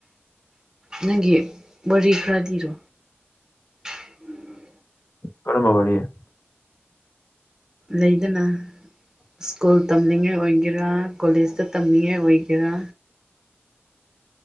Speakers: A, on the right (about 15°); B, on the left (about 60°).
A: ꯅꯪꯒꯤ ꯋꯥꯔꯤ ꯈ꯭ꯔꯗꯤꯔꯣ ꯎꯝ
B: ꯀꯔ ꯃꯒ ꯋꯥꯔꯤꯦ
A: ꯂꯩꯗꯅ ꯁ꯭ꯀꯨꯜ ꯇꯝꯅꯤꯡꯉꯥꯏ ꯑꯣꯏꯒꯦꯔꯥ ꯀꯣꯂꯦꯖꯇ ꯇꯝꯅꯤꯡꯉꯥꯏ ꯑꯣꯏꯒꯦꯔꯥ